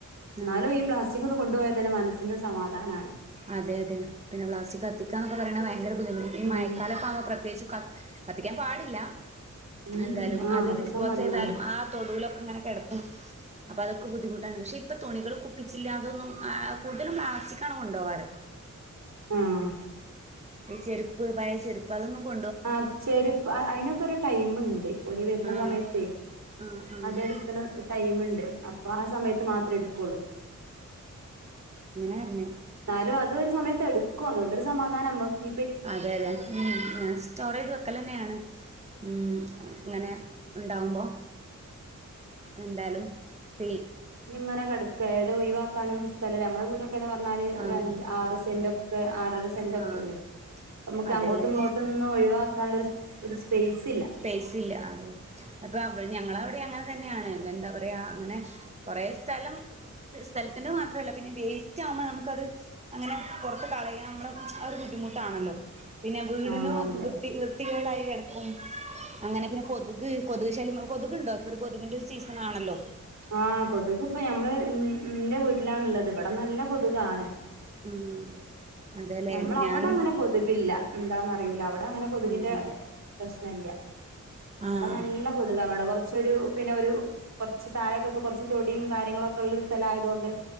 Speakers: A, on the right; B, on the right.
A: എന്നാലും
B: ആഹ്
A: ഈ പ്ലാസ്റ്റിക്കൊന്ന് കൊണ്ട് പോയാൽ തന്നെ മനസ്സിനൊരു സമാധാന
B: അതെ അതെ പിന്നെ പ്ലാസ്റ്റിക് കത്തിക്കാന്നൊക്കെ പറയണ ഭയങ്കര ബുദ്ധമുട്ട ഈ
A: ഉം
B: മയക്കാലത്താകുമ്പ പ്രേത്യേകിച്ചു കത്തിക്കാൻ പാടില്ല
A: ഉം
B: എന്തായാലും
A: ആഹ്
B: അത്
A: കത്തിക്കാൻ
B: ഡിസ്പോസ്
A: പാടില്ലല്ലോ
B: ചെയ്താലും ആ തൊടുവിലൊക്കെ ഇങ്ങനെ കിടക്ക അപ്പൊ അതൊക്കെ ബുദ്ധിമുട്ടാണ് പക്ഷെ ഇപ്പൊ തുണികൾ കുപ്പിച്ചില്ല അതൊന്നും കൂടുതലും പ്ലാസ്റ്റിക്ക കൊണ്ടോവാറ്
A: ആഹ്
B: ഈ ചെരുപ്പ് പഴയ ചെരുപ്പ് അതൊന്നും കൊ
A: ആഹ് ചെരുപ്പ് അയ്നൊക്കെ ഒരു ടൈമുണ്ട് ഓര് വരുന്ന
B: ആഹ്
A: സമയത്തേ
B: ആഹ് ആഹ്
A: അതെടുക്കുന്ന ടൈമുണ്ട് അപ്പൊ ആ സമയത്ത് മാത്രേ എടുക്കുള്ളൂ
B: ഇങ്ങനെയിരുന്നു
A: ന്നാലും അത് ഒരു സമയത്ത് എടുക്കും അതുകൊണ്ടൊരു സമാധാനം നമ്മുക്ക്
B: അതെ അതെ ഉം ഞാൻ സ്റ്റോർ ചെയ്ത് വെകലന്നെയാണ് ഉം ഇങ്ങനെ ഇണ്ടാവുമ്പോ എന്തായാലും പി
A: ഇങ്ങനെ കിടക്ക എട ഒഴിവാക്കാനും സ്ഥലം നമ്മള കൂടെ ക്കന്ന് പറഞ്ഞാല് ഒരഞ്ച്
B: ആഹ്
A: ആറ് സെന്റ് ഒക്കെ ആറര സെന്റ ഒക്കെ
B: ആഹ്
A: ഉള്ളൂ നമുക്ക്
B: അതെല്ലേ
A: അങ്ങോട്ടും ഇങ്ങോട്ടും ഇതൊന്നും ഒഴിവാക്കാനുള്ള ഒരു ഒരു സ്പേസ് ഇല്ല
B: സ്പേസില്ല അതെ അപ്പൊ അവൾ ഞങ്ങള അവിടെ അങ്ങനെ തന്നെയാണ് എന്താ പറയാ അങ്ങനെ കുറെ സ്ഥലം സ്ഥലത്തിന്റെ മാത്രമല്ല പിന്നെ വേസ്റ്റ് ആവുമ്പ നമുക്കത് അങ്ങനെ പുറത്ത് കളയാൻ നമ്മള് അതൊരു ബുദ്ധിമുട്ടാണല്ലോ പിന്നെ വീടിനു
A: ആ അതെ
B: വൃത്തി വൃത്തികേടായി കിടക്കും അങ്ങനെ പിന്നെ കൊതുക് കൊതുക് ശല്യം കൊതുകുണ്ടോ ഇപ്പൊ ഒരു കൊതുകിന്റെ ഒരു സീസൺ ആണല്ലോ
A: ആഹ് കൊതുക് ഇപ്പൊ ഞമ്മള് എന്റെ വീട്ടിലാണുള്ളത് ഇവിടെ നല്ല കൊതുകാണ്
B: ഉം അതെല്ലേ
A: നമ്മൾ
B: ഞാനും
A: അവിടെ അങ്ങനെ കൊതുകില്ല എന്താന്ന് അറിയില അവിടെ അങ്ങനെ കൊതുകിന്റെ
B: ആഹ്
A: പ്രശ്നല്ല ഇവിടെ
B: ആഹ്
A: നല്ല കൊതുക് അവിടെ കൊറച്ചൊരു പിന്നെ ഒരു കുറച്ച് താഴൊക്കത്ത് കുറച്ച് തൊടിയും കാര്യങ്ങളൊക്കെ ഉള്ളരു സ്ഥല ആയതുകൊണ്ട്